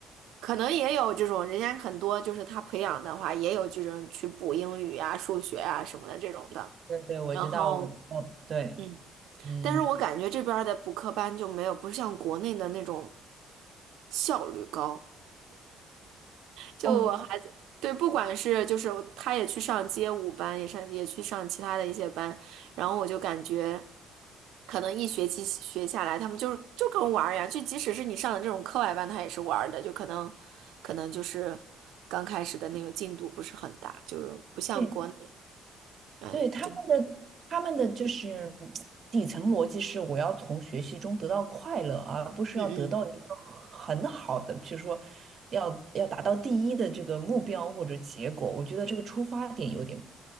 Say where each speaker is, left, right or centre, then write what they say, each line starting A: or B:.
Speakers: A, on the right; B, on the right.
A: 可能也有这种人家很多就是他培养的话也有这种去补英语啊、数学啊什么的这种的，
B: 对对，我知道，
A: 然后
B: 我嗯对，
A: 嗯，
B: 嗯
A: 但是我感觉这边儿的补课班就没有不是像国内的那种效率高。就我孩子，
B: 哦，
A: 对，不管是就是他也去上街舞班，也上也去上其他的一些班，然后我就感觉，可能一学期学下来，他们就是就跟玩儿一样，就即使是你上的这种课外班，他也是玩儿的，就可能可能就是刚开始的那个进度不是很大，就是不像国内，
B: 对
A: 嗯，
B: 对，他们的他们的就是
A: 就
B: 底层逻辑是，我要从学习中得到快乐，而不是要得到一个很好的，
A: 嗯嗯
B: 就是说要要达到第一的这个目标或者结果。我觉得这个出发点有点